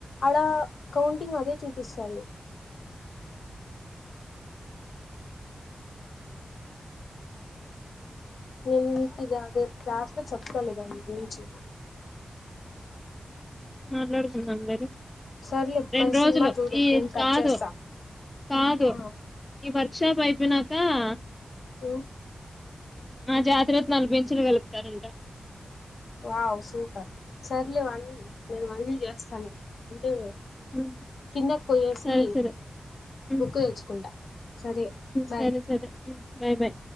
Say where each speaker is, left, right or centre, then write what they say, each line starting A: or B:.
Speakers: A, on the left; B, on the left.
A: అడ కౌంటింగ్ అదే చూపిస్తాంది నిల్కుది కాదు క్లాస్ లో చెప్పకోలేద నీ గురించి
B: అ మాట్లాడుకుందాం లే రా
A: సర్లే
B: రెండు
A: మరి
B: రోజులు
A: సినిమా చూడు
B: ఈ
A: నేను కట్
B: కాదు
A: చేస్తా
B: కాదు
A: ఆ
B: ఈ వర్కుషాప్ అయిపోయిన ఆ
A: ఆ
B: మా జాతి రత్నాలు బెమ్చులు కలుపుతారంట
A: వావ్ సూపర్ సర్లే వాణి నేను మళ్ళీ చేస్తాను అంటే
B: ఉమ్,
A: కిందకి పోయేసి
B: సరే సరే ఉమ్,
A: బుక్కు తెచ్చుకుంటా సరే బాయ్
B: సరే సరే బై బై